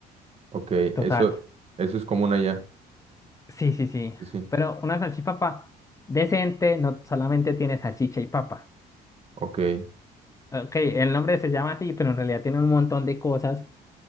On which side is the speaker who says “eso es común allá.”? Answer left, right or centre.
Right